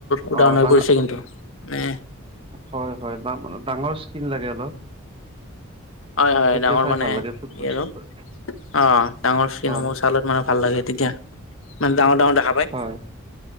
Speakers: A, on the left; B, on the right.
A: উদাহৰণ
B: অ',
A: হৈ
B: ডাঙৰ,
A: পৰিছে কিন্তু মানে
B: হয় হয়, ডাঙৰ স্কিন লাগে অলপ।
A: হয় হয়,
B: তেতিয়া
A: ডাঙৰ
B: চাই
A: মানে
B: ভাল লাগে ফুটবল
A: এই
B: চুটবল
A: আৰু অ', ডাঙৰ স্ক্ৰীণসমূহ
B: হয়
A: চালত মানে ভাল লাগে তেতিয়া। মানে ডাঙৰ ডাঙৰ দেখা পাই,
B: হয়